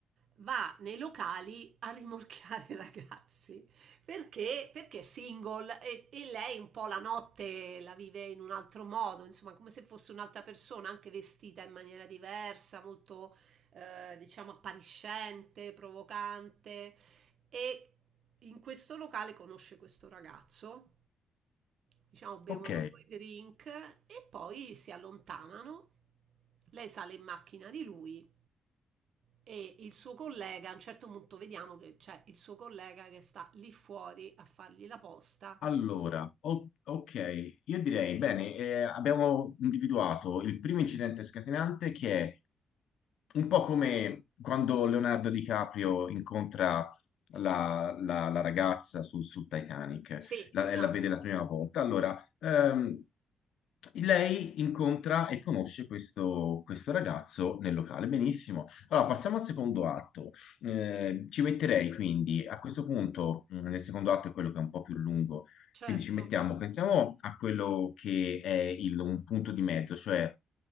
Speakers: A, on the right; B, on the left.
A: va nei locali a rimorchiare i ragazzi perché, perché è single e, e lei un po' la notte la vive in un altro modo, insomma, come se fosse un'altra persona, anche vestita in maniera diversa, molto eh, diciamo appariscente, provocante. E in questo locale conosce questo ragazzo, diciamo bevono
B: Ok,
A: Ok. due drink e poi si allontanano. Lei sale in macchina di lui e il suo collega, a un certo punto vediamo che c'è il suo collega che sta lì fuori a fargli la posta.
B: allora, o- ok, io direi, bene, eh, abbiamo individuato il primo incidente scatenante che è Un po' come quando Leonardo DiCaprio incontra la, la- la ragazza sul, sul Titanic
A: Sì,
B: la-
A: esatto.
B: e la vede la prima volta. Allora, ehm, lei incontra e conosce questo, questo ragazzo nel locale. Benissimo. Allora, passiamo al secondo atto. Eh, ci metterei quindi a questo punto, mh, nel secondo atto è quello che è un po' più lungo,
A: Certo,
B: quindi ci mettiamo, pensiamo a quello che è il, un punto di mezzo, cioè.